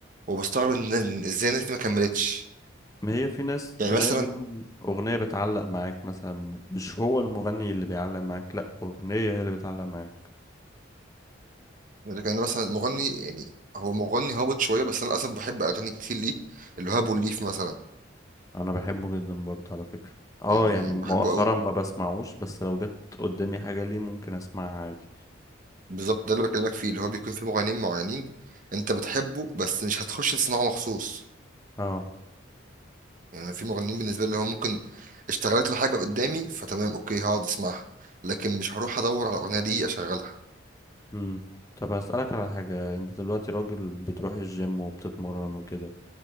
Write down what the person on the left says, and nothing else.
ما هي في ناس
تلاقي
منهم أغنية بتعلق معاك مثلا مش هو المغني اللي بيعلق معاك لأ أغنية هي اللي بتعلق معاك
أنا بحبه جدا برضه على فكرة اه
يعني مؤخرا
ما بسمعوش بس لو جت قدامي حاجة ليه ممكن أسمعها عادي
اه
امم طب هسألك على حاجة انت دلوقتي راجل بتروح الجيم وبتتمرن وكده